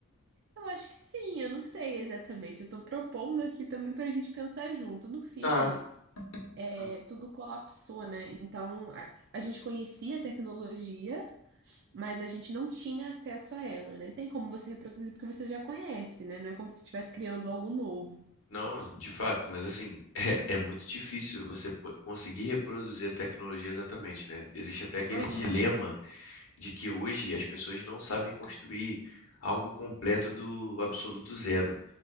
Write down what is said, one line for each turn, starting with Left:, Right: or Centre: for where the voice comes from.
Right: eu acho que sim, eu não sei exatamente. Eu tô propondo aqui também pra gente pensar junto. No filme,
Left: Tá.
Right: é,
Left: Hum,
Right: tudo colapsou, né? Então, a, a gente conhecia a tecnologia, mas a gente não tinha acesso a ela, né? Tem como você reproduzir porque você já conhece, né? Não é como se estivesse criando algo novo.
Left: Não, de fato, mas assim, <laughs> é, é muito difícil você po- conseguir reproduzir a tecnologia exatamente, né? Existe até aquele
Right: Aham.
Left: dilema de que hoje as pessoas não sabem construir algo completo do absoluto zero,